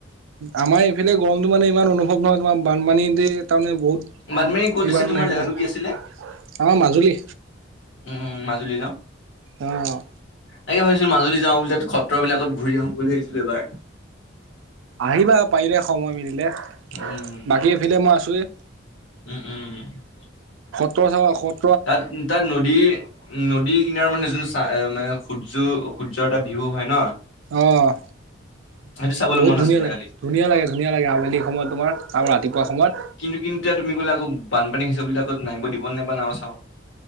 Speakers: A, on the right; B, on the left.
A: আমাৰ এইফালে গৰমতটো মানে ইমান অনুভৱ নহয় তোমাৰ বানপানী দ তাৰমানে। বহুত
B: বানপানী ক'ত
A: এইবাৰণে
B: দিছে তোমাৰ জেগাটো
A: আমাৰ
B: কি আছিলে?
A: মাজুলী
B: উম, উম, মাজুলী ন,
A: অ'।
B: তাকে ভাবিছিলো মাজুলী যাওঁ বুলি খত। তৰলাকত ঘূৰি আহো বুলি আহিছিলো এবাৰ।
A: আহিবা পাৰিলে সময় মিলিলে
B: উম,
A: বাকী এফালে মই আছোৱেই।
B: উম, উম, ।
A: থকাত সত
B: তাত তাত নদী উ নদী কিনাৰ মানে যোন চ ম সূৰ্য সূৰ্য। এটা ভিউ হয় ন।
A: অ'।
B: সেইটো চাবলৈ
A: বহুত
B: মন
A: ধুনীয়া
B: আছিলে
A: লাগে
B: খালি
A: ধুনীয়া, লাগে ধুনীয়া লাগে আবেলি সময়ত তোমাৰ। আৰু ৰাতিপুৱা সময়ত
B: কিন্তু কিন্তু এতিয়া তুমি গ'লে আকৌ বানপানী হৈছে বুলি আকৌ নাই দিব নাইবা নাও চা।